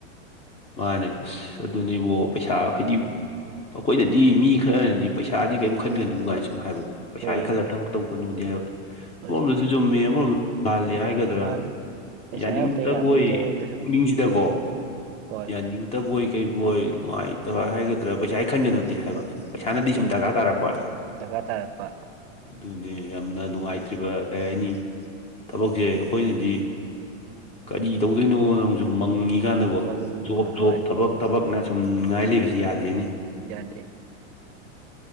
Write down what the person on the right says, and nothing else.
ꯍꯣꯏꯌꯦ
ꯍꯣꯏ
ꯂꯥꯜꯂꯦ ꯄꯩꯁꯥ
ꯌꯥꯎꯗ ꯌꯥꯄꯣꯠꯇꯦ
ꯑꯃꯔꯣꯝꯗꯁꯨ
ꯍꯣꯏ
ꯍꯣꯏ
ꯗꯔꯀꯥꯔ ꯇꯥꯔꯛꯄ
ꯑꯗꯨꯅꯤ
ꯃꯪ
ꯍꯣꯏ
ꯌꯥꯗꯦ